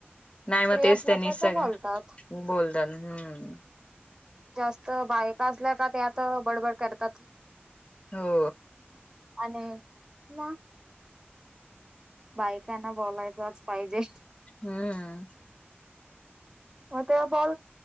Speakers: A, on the left; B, on the right.
A: नाही मग
B: फ्री
A: तेच
B: असलं
A: त्यांनी
B: तर
A: सगं
B: ते बोलतात.
A: बोलताना हम्म
B: जास्त बायका असल्या का त्यात बडबड करतात
A: हो
B: आणि म बायकांना बोलायचच पाहिजे
A: हम्म
B: म ते बॉ